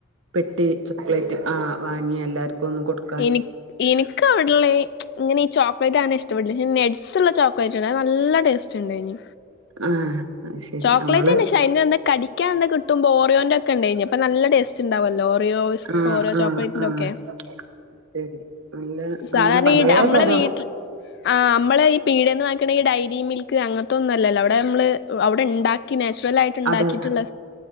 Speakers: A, on the right; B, on the left.
A: പെട്ടി ചോക്ലേറ്റ് ആഹ് വാങ്ങി എല്ലാർക്കും ഒന്നും കൊടുക്ക
B: എനി എനിക്ക് അവിടെള്ള ഈ ഇങ്ങനെ ഈ ചോക്ലേറ്റ് ആങ്ങനെ ഇഷ്ടപെട്ടില്ല പക്ഷേ നട്സ് ള്ള ചോ ക്ലളയ്റ്റ് നേ നല്ല ടേസ്റ്റ് ഇണ്ടേ നി
A: ആഹ് അത് ശരി
B: ചോക്ലേറ്റ
A: നമ്മള്
B: ന്നെ ക്ഷേ അയ്നൊന്ന് കടിക്കാൻ ഒന്ന് കിട്ടുമ്പോ ഓറിയോന്റെ ഒക്കെണ്ടേനി അപ്പ നല്ല ടേസ്റ്റ് ണ്ടാവുല്ലോ ഓറിയോ
A: ആഹ്
B: ഓരോ
A: ആഹ്
B: ചോക്ലേറ്റിന്റെ
A: ആഹ്
B: ഒക്കെ
A: അഹ് ശരി നല്ല
B: സാധാരണ
A: അങ്ങനെ പലേ
B: ഈ നമ്മളെ
A: തരം
B: വീട്ടിൽ ആ നമ്മള് ഈ പീടിന്ന് വാങ്ങിക്ക്ണ ഈ ഡയരി മിൽക്ക് അങ്ങനത്തെ ഒന്നുംല്ലല്ലോ അവിടെ നമ്മള് അവിടെ ണ്ടാ ക്കി നാച്ചുറൽ ആയിട്ട് ഇണ്ടാക്കിയിട്ട്ള്ള
A: അതെ